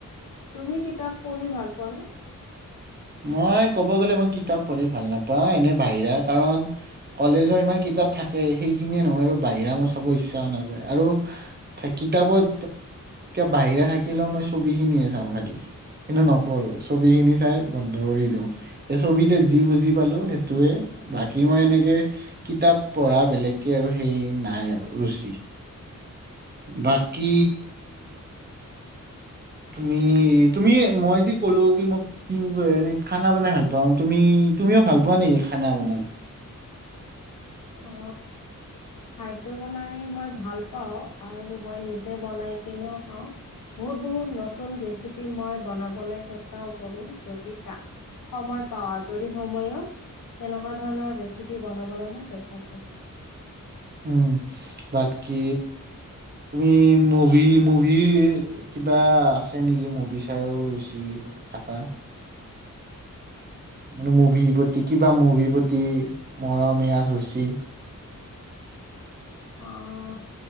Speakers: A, on the left (about 80°); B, on the right (about 30°).
A: তুমি কিতাপ পঢ়ি ভাল পোৱা নে?
B: মই কব গ'লে মই কিতাপ পঢ়ি ভাল নাপাওঁ এনে বাহিৰা কাৰণ কলেজৰ ইমান কিতাপ থাকে সেইখিনিয়ে নহয় আৰু বাহিৰা মই চাব ইচ্ছাও নাযায় আৰু কিতাপত বাহিৰা থাকিলেও মই ছবি খিনিয়ে চাওঁ খালি কিন্তু নপঢ়ো ছবি খিনি চাই বন্ধ কৰি দিওঁ এই ছবিতে যি বুজি পালো সেইটোয়ে বাকী মই এনেকে কিতাপ পঢ়া বেলেগকে আৰু সেই নাই আৰু ৰুচি। বাকী তুমি তুমি মই যে কলো কি মই কি এ খানা বনাই ভাল পাওঁ তুমি তুমিও ভাল পোৱা নেকি খানা বনাই?
A: অ খাদ্য বনাই মই ভাল পাও আৰু মই নিজে বনাই কেনেও খাওঁ বহুত বহুত নতুন ৰেচিপি মই বনাবলৈ চেষ্টাও কৰো যদি ত সময় পাওঁ আজৰি সময়ত তেনেকুৱা ধৰণৰ ৰেচিপি বনাবলৈ মই চেষ্টা তাপত
B: উম বাকী তুমি মুভি মুভি কিবা আছে নেকি মুভি চাইও ৰুচি থাকা মানে মুভিৰ প্ৰতি কিবা মুভি প্ৰতি মৰমীয়া যুচী
A: অহ